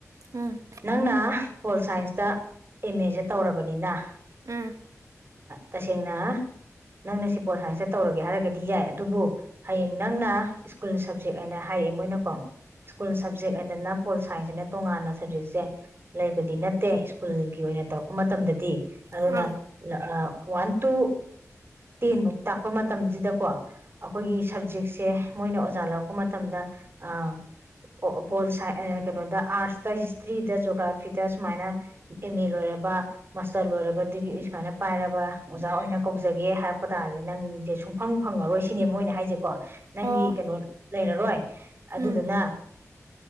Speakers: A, on the right (about 75°); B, on the right (about 45°).
A: ꯎꯝ
B: ꯅꯪꯅ ꯄꯣꯜ ꯁꯥꯏꯟꯁꯇ ꯑꯦꯝ ꯑꯦꯁꯦ ꯇꯧꯔꯕꯅꯤꯅ
A: ꯎꯝ
B: ꯇꯥꯁꯦꯡꯅ ꯅꯪꯅ ꯁꯤ ꯄꯣꯜ ꯁꯥꯏꯟꯁꯇ ꯇꯧꯔꯒꯦ ꯍꯥꯏꯔꯒꯗꯤ ꯌꯥꯏ ꯑꯗꯨꯕꯨ ꯍꯌꯦꯡ ꯅꯪꯅ ꯁ꯭ꯀꯨꯜ ꯁꯞꯖꯦꯛ ꯍꯥꯏꯅ ꯍꯥꯏꯑꯦ ꯃꯣꯏꯅꯀꯣ ꯁ꯭ꯀꯨꯜ ꯁꯕꯖꯦꯛ ꯍꯥꯏꯗꯅ ꯄꯣꯜ ꯁꯥꯏꯟꯁ ꯍꯥꯏꯅ ꯇꯣꯉꯥꯟꯅ ꯁꯞꯖꯦꯛꯁꯦ ꯂꯩꯕꯗꯤ ꯅꯠꯇꯦ ꯁ꯭ꯀꯨꯜꯒꯤ ꯑꯣꯏꯅ ꯇꯧꯔꯛꯄ ꯃꯇꯝꯗꯗꯤ ꯑꯗꯨꯅ
A: ꯎꯝ ꯑꯥ
B: ꯂꯥ ꯑꯥ ꯋꯥꯟ ꯇꯨ ꯇꯦꯟꯕꯨꯛ ꯇꯥꯛꯄ ꯃꯇꯝꯁꯤꯗꯀꯣ ꯑꯩꯈꯣꯏꯒꯤ ꯁꯞꯖꯦꯛꯁꯦ ꯃꯣꯏꯅ ꯑꯣꯖꯥ ꯂꯧꯔꯛꯄ ꯃꯇꯝꯗ ꯑꯥ ꯄꯣꯜ ꯁꯥ꯭ꯢꯁ ꯀꯩꯅꯣꯗ ꯑꯥꯔꯠꯁꯇ ꯍꯤꯁꯇ꯭ꯔꯤ ꯔꯤꯗ ꯖꯣꯒ꯭ꯔꯥꯐꯤꯗ ꯁꯨꯃꯥꯏꯅ ꯑꯦꯝ ꯑꯦ ꯂꯣꯏꯔꯕ ꯃꯥꯁꯇꯔ ꯂꯣꯏꯔꯕ ꯗꯤꯒ꯭ꯔꯤ ꯁꯨꯃꯥꯏꯅ ꯄꯥꯏꯔꯕ ꯑꯣꯖꯥ ꯑꯣꯏꯅ ꯀꯧꯖꯒꯦ ꯍꯥꯏꯔꯛꯄ ꯇꯥꯔꯗꯤ ꯅꯪꯁꯦ ꯁꯨꯡꯐꯪ ꯐꯪꯉꯥꯔꯣꯏ ꯁꯤꯅꯦ ꯃꯣꯏꯅ ꯍꯥꯏꯁꯦꯀꯣ ꯅꯪꯒꯤ
A: ꯑꯣ
B: ꯀꯩꯅꯣ ꯂꯩꯔꯔꯣꯏ ꯑꯗꯨꯗꯨꯅ
A: ꯎꯝ